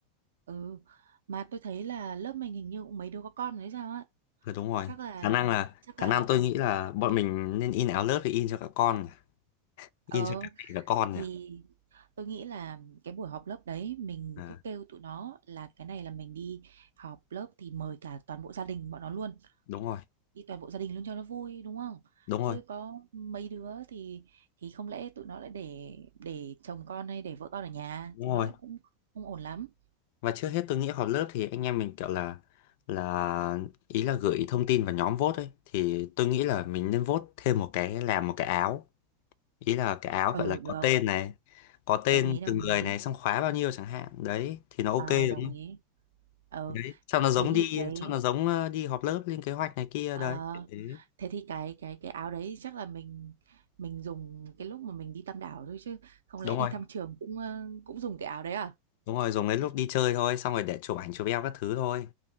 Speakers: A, on the right; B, on the left.
A: Ừ. Mà tôi thấy là lớp mình hình như cũng mấy đứa có con đấy sao á.
B: Ờ, đúng rồi
A: Chắc là
B: khả năng là
A: chắc
B: khả
A: là
B: năng tôi nghĩ là bọn mình nên in áo lớp thì in cho cả con
A: ờ
B: in cho cả mẹ cả con
A: thì
B: nhỉ
A: tôi nghĩ là cái buổi họp lớp đấy mình
B: à,
A: cứ kêu tụi nó là cái này là mình đi họp lớp thì mời cả toàn bộ gia đình bọn nó luôn.
B: đúng rồi
A: Đi toàn bộ gia đình luôn cho nó vui đúng không?
B: đúng
A: Chứ
B: rồi
A: có mấy đứa thì thì không lẽ tụi nó lại để để chồng con hay để vợ con ở nhà
B: đúng
A: thì
B: rồi
A: nó cũng không ổn lắm.
B: và trước hết tôi nghĩ họp lớp thì anh em mình kiểu là là ý là gửi thông tin vào nhóm vote ấy thì tôi nghĩ là mình nên vote thêm một cái làm một cái áo ý là cái áo
A: Ừ
B: gọi là
A: được,
B: có tên này có tên
A: đồng ý đồng
B: từng người
A: ý.
B: này xong khóa bao nhiêu chẳng hạn đấy thì nó ok
A: Ờ đồng
B: đúng không
A: ý. ờ
B: đấy cho nó giống
A: thế thì
B: đi
A: cái
B: cho nó giống ờ, đi họp lớp lên kế hoạch này kia
A: ờ,
B: đấy Thế-
A: thế thì cái cái cái áo đấy chắc là mình mình dùng cái lúc mà mình đi Tam Đảo thôi chứ không lẽ
B: đúng
A: đi
B: rồi
A: thăm trường cũng ờ, cũng dùng cái áo đấy à
B: đúng rồi dùng đến lúc đi chơi thôi xong rồi để chụp ảnh chụp eo các thứ thôi